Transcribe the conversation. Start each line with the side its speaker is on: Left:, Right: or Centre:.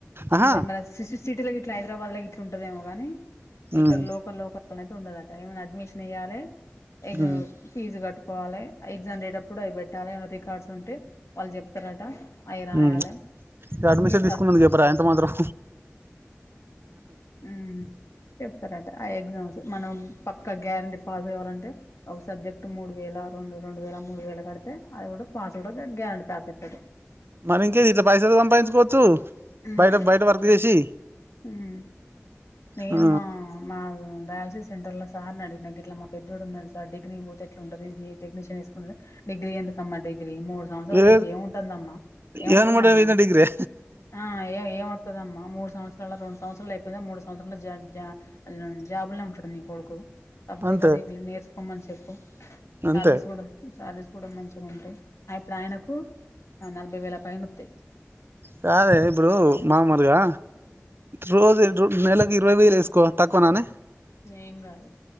Right: ఆహా
Left: ఉంద మరి సి సిటీల ఇట్లా హైదరాబాద్ ల ఇట్లా ఉంటదేమో గాని
Right: ఉమ్
Left: ఇక్కడ లోకల్ లోకల్ అయితే ఉండదట ఏమైనా అడ్మిషన్ ఇయాలి ఎఫు
Right: ఉమ్
Left: ఫీజు కట్టు పోవాలే ఎగ్జామ్ డేట్ అప్పుడు అవి పెట్టాలి. రికార్డ్స్ ఉంటే వాళ్ళు చెప్ ఇత్తరాట అవి రాయాలి
Right: ఉమ్ ఇక అడ్మిషన్
Left: ఇగ
Right: తీసుకున్నందుకు
Left: సడ్మి
Right: చెప్పరా ఎంత మాత్రం
Left: హ్మ్ చెప్తారట ఆ ఎగ్జామ్స్ మనం పక్కా గ్యారెంటీ పాస్ కావాలంటే ఒక సబ్జెక్ట్ ఇట్ మూడు వేల, రెండు రెండు వేల మూడు వేల కడితే అది కూడా పాస్ కూడా గ్యారంటీ పాస్ ఏతడు
Right: మరి ఇంకేది ఇట్లా పైసల్ సంపాదించుకోవచ్చు.
Left: ఉమ్
Right: బయట బయట వర్క్ చేసి
Left: ఉమ్ నేను
Right: ఆ
Left: మా మా డయాల్సిసిస్ సెంటర్ ల సార్ అడిగిన్ ఇట్లా మా పెద్దోడు ఉన్నడు సార్ డిగ్రీ పోతే ఎట్ల ఉంటది గీ టెక్నీషిన్ తీసుకుంటనే డిగ్రీ ఎందుకమ్మా, డిగ్రీ మూడు సంవత్సరాలు
Right: ఏ
Left: చేసి ఏముంటుందమ్మా, ఏమవ్తుదమ్మా
Right: ఏమనమాట డిగ్రీ
Left: ఆ ఏ ఏమవుతదమ్మా మూడు సంవత్సర, రెండు సంవత్సరాలు అయిపోయితే మూడు సంవత్సర మ జాయిన్ అ జాబుల్లో ఉంటాడు. మీ కొడుకు సప్పుడేక
Right: అంతే
Left: దీన్ని నేర్చుకోమని చెప్పు సాలరీస్
Right: అంతే
Left: కూడా శాలరీస్ కూడా మంచిగా ఉంటాయి. ఇప్పుడు ఆయనకు నలభై వేల పైన వత్తయ్.
Right: కాదే ఇప్పుడు మామలుగా రోజు నెలకి ఇరవై వేలు వేసుకో తక్కువనానే
Left: ఏం కాదు